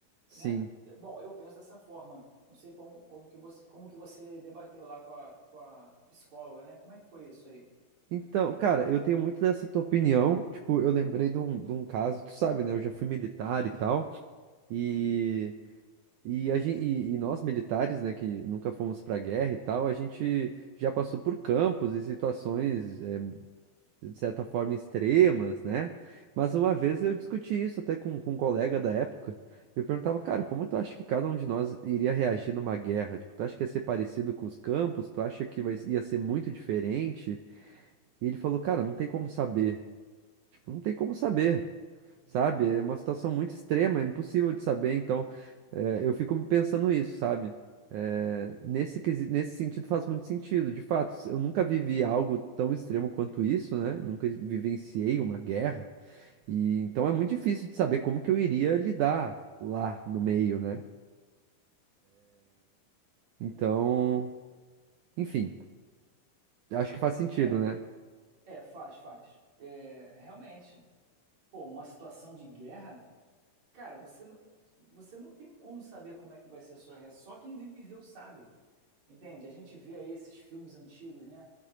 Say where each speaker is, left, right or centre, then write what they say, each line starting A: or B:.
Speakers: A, on the right (about 80°); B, on the right (about 45°).
A: Sim.
B: né? É, Bom, eu penso dessa forma. Não sei como, como, que, você, como que você debateu lá com a, com a psicóloga, né? Como é que foi isso aí?
A: Então, cara, eu tenho muito dessa tua opinião. Tipo, eu lembrei de um, de um caso, tu sabe, né? Eu já fui militar e tal. E E, a gen- e- e nós militares, né, que nunca fomos para guerra e tal, a gente já passou por campos e situações, eh, de certa forma, extremas, né? Mas uma vez eu discuti isso até com, com um colega da época. Eu perguntava, cara, como tu acha que cada um de nós iria reagir numa guerra? Tipo, tu acha que ia ser parecido com os campos? Tu acha que vai- ia ser muito diferente? E ele falou, cara, não tem como saber. Tipo, não tem como saber sabe? É uma situação muito extrema, é impossível de saber. Então, eh, eu fico pensando isso, sabe? Eh, nesse, quesi- nesse sentido faz muito sentido. De fato, eu nunca vivi algo tão extremo quanto isso, né? Nunca vivenciei uma guerra. E então é muito difícil de saber como que eu iria lidar lá no meio, né? Então, enfim, acho que faz sentido,
B: É,
A: né?
B: É, faz, faz. É, realmente, pô, uma situação de guerra, cara, você não, você não tem como saber como é que vai ser a sua reação. Só quem viveu sabe, entende? A gente vê aí esses filmes antigos, né,